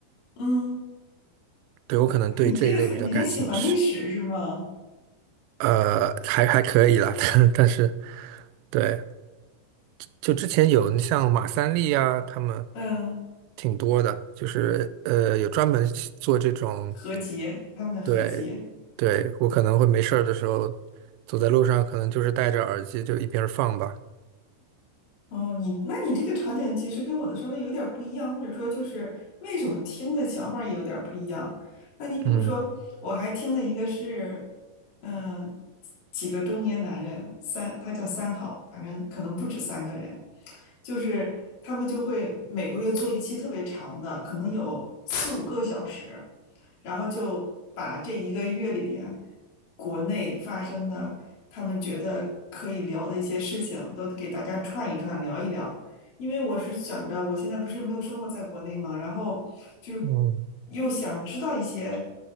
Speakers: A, on the left; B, on the right.
A: 嗯，
B: 对，我可能对这一类比较感兴趣，
A: 那你这很，你很喜欢历史是吗？
B: 呃，还还可以啦，<laughs> 但但是对。就之前有像马三立啊，他们
A: 嗯，
B: 挺多的，就是呃有专门做这种，
A: 合集，他们的合集。
B: 对，对，我可能会没事儿的时候走在路上，可能就是戴着耳机就一边儿放吧。
A: 哦，你那你这个场景其实跟我的稍微有点儿不一样，或者说就是为什么听的想法儿也有点儿不一样。那你比如说，
B: 嗯
A: 我还听了一个是，嗯、几个中年男人，三，他叫三好，反正可能不止三个人，就是他们就会每个月做一期特别长的，可能有四五个小时。然后就把这一个月里边国内发生的，他们觉得可以聊的一些事情，都给大家串一串，聊一聊。因为我是想着，我现在不是没有生活在国内嘛，然后就是
B: 嗯，
A: 又想知道一些，